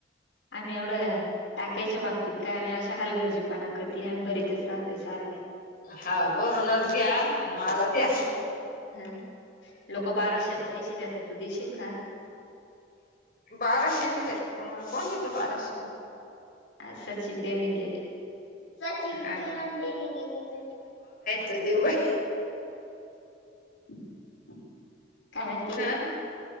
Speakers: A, on the left; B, on the left.
A: आम्ही एवढं टाक्याच्या बाबतीत काय आम्ही अशा हालगर्जीपणा करत आम्ही भरीतच राहतोय सारख्या
B: हा भरूनच घ्या आणि मला द्या
A: हा लोक बाराशे र पैसे द्याात तू देशील का
B: बाराशेने देते तुम्हाला कोण देतो बाराशेनी
A: ह सचिन डेरींगे सचिन
B: हा
A: किरण डेरंगे का सचिन
B: त देऊ बाई
A: <inaudible> काय म्हंतीस
B: हा